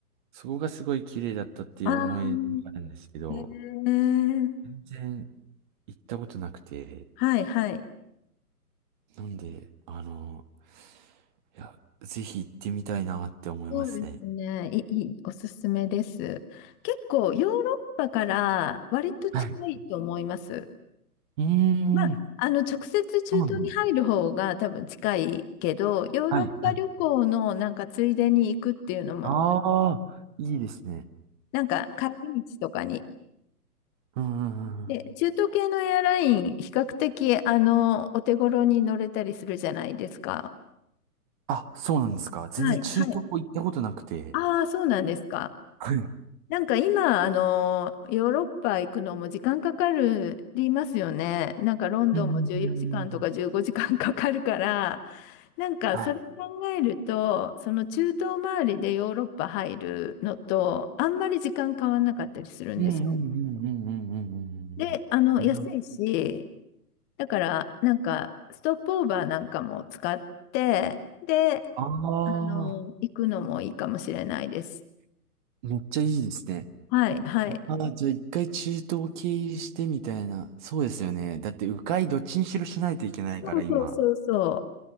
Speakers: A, on the right; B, on the left.
A: そこがすごい綺麗だったっていう思いがあるんですけど、
B: ああ、えー、
A: 全然行ったことなくて、
B: はいはい。
A: なんで、あの、いや、ぜひ行ってみたいなって思いますね。
B: そうですね。いい、いいおすすめです。結構、ヨーロッパから割と近いと思います。
A: はい。うーん、
B: まあ、あの、直接中東に入る方が多分近いけど、
A: そうなんだ。
B: ヨーロッパ旅行のなんかついでに行くっていうのも、
A: はい、はい。ああ、いいですね。
B: なんか帰り道とかに。
A: うん、うん、うんうん。
B: で、中東系のエアライン、比較的、あの、お手頃に乗れたりするじゃないですか。
A: あ、そうなんですか。全然中東も行ったことなくて。
B: はい、はい。ああ、そうなんですか。
A: はい。
B: なんか今、あの、ヨーロッパ行くのも時間かかるりますよね。なんかロンドンも14時間とか15時間かんかかるから、
A: うんうん
B: なんかそれ考えると、
A: はい。
B: その中東周りでヨーロッパ入るのと、あんまり時間変わんなかったりするんですよ。
A: うんうんうんうんうんうんうんうんうん。
B: で、あの、
A: あの、
B: 安いし、だからなんかストップオーバーなんかも使って、で、
A: あ
B: あの、
A: あ、
B: 行くのもいいかもしれないです。
A: めっちゃいいですね。
B: はい、はい。
A: ああ、じゃあ一回中東経由してみたいな。そうですよね。だって迂回どっちにしろしないといけないから今。
B: そうそうそうそ